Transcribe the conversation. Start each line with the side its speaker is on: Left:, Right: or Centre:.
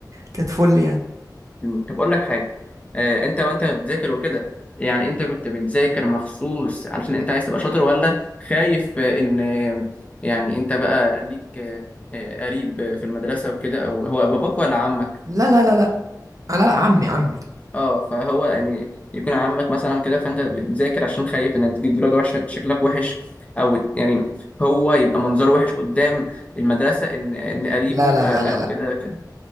Right: كانت فل يعني
Left: مم. طب اقول لك حاجة آه انت وانت بتذاكر وكده يعني انت كنت بتذاكر مخصوص علشان انت عايز تبقى شاطر ولا خايف آه، ان آه، يعني انت بقى ليك آه، آه، قريب آه، في المدرسة وكده او هو باباك ولا عمك
Right: لا لا لا لا لا لا عمي عمي
Left: اه فهو يعني يكون عمك مثلا كده فانت بتذاكر عشان خايف انك تجيب درجه وحشه شكلك وحش او يعني هو يبقى منظره وحش قدام المدرسه ان ان قريبه
Right: لا لا
Left: آه،
Right: لا لا
Left: او
Right: لا
Left: كده كده